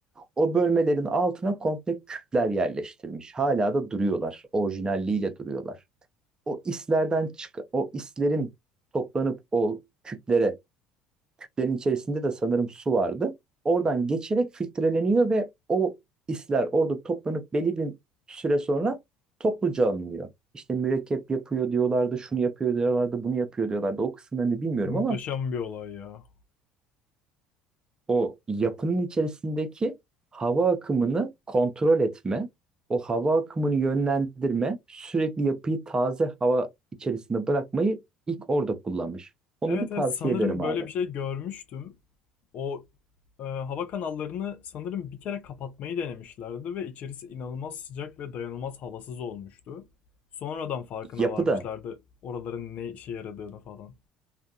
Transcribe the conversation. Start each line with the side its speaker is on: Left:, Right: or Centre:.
Right: O bölmelerin altına komple küpler yerleştirilmiş. Hala da duruyorlar, orijinalliğiyle duruyorlar o islerden çıkan o islerin toplanıp o küplere, küplerin içerisinde de sanırım su vardı. Oradan geçerek filtreleniyor ve o isler orada toplanıp belli bir süre sonra topluca alınıyor. İşte mürekkep yapıyor diyorlardı, şunu yapıyor diyorlardı, bunu yapıyor diyorlardı. O kısımlarını bilmiyorum
Left: Muhteşem
Right: ama
Left: bir olay ya.
Right: o yapının içerisindeki hava akımını kontrol etme, o hava akımını yönlendirme, sürekli yapıyı taze hava içerisinde bırakmayı ilk orada kullanmış. Onu
Left: Evet
Right: bir tavsiye
Left: evet sanırım
Right: ederim
Left: böyle
Right: abi.
Left: bir şey görmüştüm. O e, hava kanallarını sanırım bir kere kapatmayı denemişlerdi ve içerisi inanılmaz sıcak ve dayanılmaz havasız olmuştu. Sonradan farkına
Right: Yapı
Left: varmışlardı
Right: da
Left: oraların ne işe yaradığını falan.